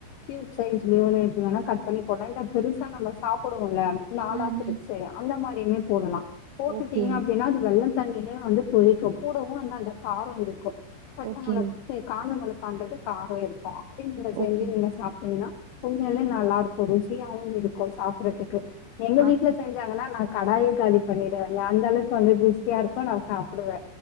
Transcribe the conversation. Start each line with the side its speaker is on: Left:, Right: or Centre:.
Left: பூப் சைஸ் வோ கட் பண்ணி போடலா இ பெருசா நம்ம சாப்டுவோல நாலா
Right: ம்
Left: பிரிச்சு
Right: ம்
Left: அந்த மாரி எப்பயுமே போடலா போட்டுட்டீங்க
Right: ஓகேங்க
Left: அப்டின்னா அது வெள்ள தண்ணியல வந்து பொழிக்கும் கூடவு அந்த அந்த கார இருக்கோ பட்டை
Right: ஓகேங்க
Left: மெளகு காஞ்ச மெளக பண்றது காரோ இருக்கோ அப்டி நீங்க செய்ஞுகண்ண
Right: ஓகே
Left: நீங்க சாப்ட்டீங்கன்னா பொங்கலே நல்லா இருக்கு ருசியாவு இருக்கு சாப்பறதுக்கு எங்க
Right: ஆ
Left: வீட்டு்ல செஞ்சாங்கன்னா நா கடாய காலி பண்ணிடுவேன்ங்க அந்த அளவுக்கு வந்து ருசியா இருக்கு நா சாப்டுவே